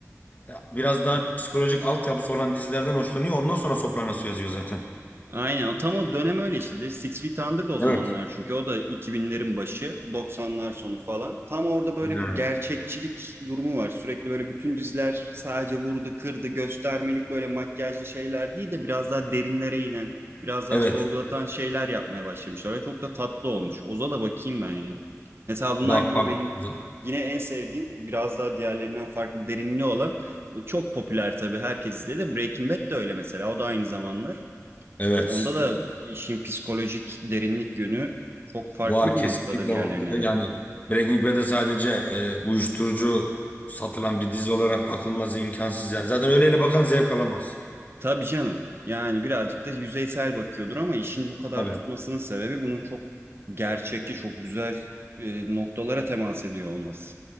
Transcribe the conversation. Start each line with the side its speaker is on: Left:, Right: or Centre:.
Left: e, biraz daha psikolojik altyapısı olan dizilerden hoşlanıyor. Ondan sonra Sopranos'u yazıyor zaten.
Right: Aynen o tam o dönem öyle işte. değil mi? Six Feet Under Under'da o zamanlar
Left: evet.
Right: çünkü o da 2000'lerin başı, 90'lar sonu falan. Tam orada böyle
Left: Ha,
Right: bir gerçekçilik durumu var. Sürekli böyle bütün diziler sadece vurdu, kırdı, göstermelik böyle makyajlı şeyler değil de biraz daha derinlere inen, biraz daha
Left: Evet.
Right: sorgulatan şeyler yapmaya başlamışlar. Ve çok da tatlı olmuş. Oza da bakayım ben ya. Mesela bunlar
Left: Bak
Right: gibi
Left: bak.
Right: benim
Left: Evet.
Right: yine en sevdiğim biraz daha diğerlerinden farklı derinliği olan bu çok popüler tabii herkes izledi. de Breaking Bad de öyle mesela. O da aynı zamanlar.
Left: evet.
Right: Onda da işin psikolojik derinlik yönü çok farklı
Left: Var
Right: bir
Left: kesinlikle
Right: noktada diğerlerine
Left: var.
Right: göre.
Left: Yani Breaking Bad'e sadece e, uyuşturucu satılan bir dizi olarak bakılması imkansız yani. Zaten öyleyle bakan zevk alamaz.
Right: Tabii canım. Yani birazcık da yüzeysel bakıyordur ama işin bu kadar
Left: Tabii.
Right: tutmasının sebebi bunun çok gerçekçi, çok güzel e, noktalara temas ediyor olması